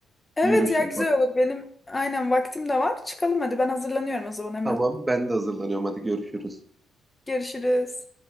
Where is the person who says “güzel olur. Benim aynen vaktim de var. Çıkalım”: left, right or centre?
Left